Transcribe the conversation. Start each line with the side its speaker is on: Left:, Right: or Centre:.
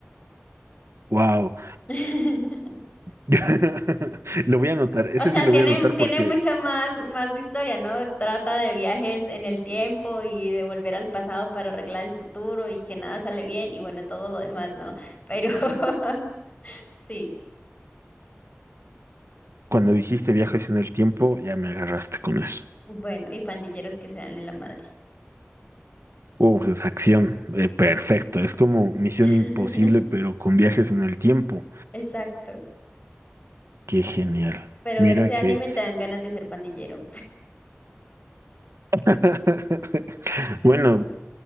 Right: wow.
Left: <laughs>
Right: <laughs> lo voy a anotar, ese
Left: O sea,
Right: sí lo
Left: tiene,
Right: voy a anotar
Left: tiene
Right: porque
Left: mucha más, más historia, ¿no? Trata de viajes en el tiempo y de volver al pasado para arreglar el futuro y que nada sale bien y bueno, todo lo demás, ¿no? Pero <laughs> sí,
Right: cuando dijiste viajes en el tiempo, ya me agarraste con eso.
Left: bueno, y pandilleros que se dan en la madre.
Right: Oh, es acción, eh, perfecto. Es como Misión
Left: <laughs>
Right: Imposible, pero con viajes en el tiempo.
Left: Exacto.
Right: Qué genial.
Left: Pero
Right: Mira
Left: ver ese anime
Right: que.
Left: te dan ganas de ser pandillero.
Right: <laughs> Bueno,